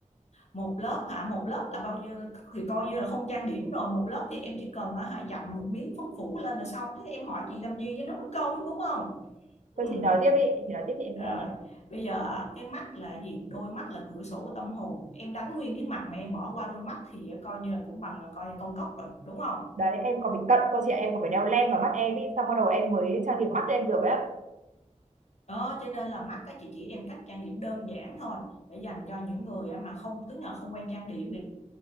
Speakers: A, on the left; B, on the right.
A: một lớp hả một lớp là bao nhiêu thì coi như là không trang điểm rồi một lớp thì em chỉ cần á, hả dặm một miếng phấn phủ lên là xong thế em hỏi chị làm gì cho nó mất công đúng không ừ.
B: Thôi chị nói tiếp đi, chị nói tiếp thì em
A: rồi
B: nghe này.
A: bây giờ cái mắt là cái gì đôi mắt là cửa sổ của tâm hồn em đánh nguyên cái mặt mà em bỏ qua đôi mắt thì coi như là cũng bằng coi như con cốc rồi đúng không
B: Đấy, em còn bị cận cô chị ạ, em còn phải đeo len vào mắt em ý, xong bắt đầu em mới trang điểm mắt em được ấy. ạ.
A: đó cho nên là mắt các chị chỉ em cách trang điểm đơn giản thôi để dành cho những người mà không tức là không quen trang điểm